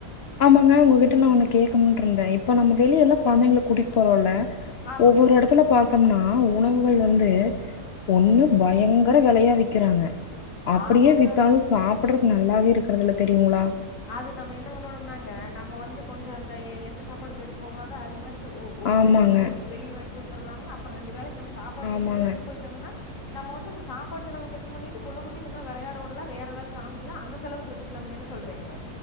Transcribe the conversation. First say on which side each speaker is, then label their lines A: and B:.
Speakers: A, on the left; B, on the left.
A: ஆமாங்க உங்ககிட்ட நா ஒண்ணு கேக்கணும்னு இருந்தே இப்ப நம்ம வெளிய எல்லா கொழந்தைங்கள கூட்டிகட்டு போறோம்ல
B: ஆமாங்க
A: ஒவ்வொரு எடத்துல பாத்தோம்னா உணவுகள் வந்து ஒண்ணு பயங்கர வெலையா விக்கிறாங்க அப்டியே
B: ஆமாங்க
A: வித்தாலு சாப்ட்றதுக்கு நல்லாவே இருக்றதுல்ல தெரியுங்களா
B: அது நம்ம என்ன பண்ணனும்னாங்க நம்ம வந்து கொஞ்ச அந்த எ எந்த சாப்பாடு கெட்டு போகாதோ அது மாரி <inaudible> ஒ ஒரு
A: ஆமாங்க,
B: நேர புள்ள குட்டிக்கு வெளிய வாங்கி குடுத்தத்துர்லாங்க அப்றோ ரெண்டு வேலைக்கு நம் சாப்பாடு
A: ஆமாங்க,
B: செஞ்சு எடுத்துட்டு போயிட்டோம்னா நம்ம வந்து இந்த சாப்பாடு செலவு மிச்சு பண்ணிட்டு புள்ள குட்டி இன்னும் விளையாடவுடுலா வேற ஏதாது காமிக்கலா அந்த செலவுக்கு வச்சுக்கலங்க என் சொல்றீங்க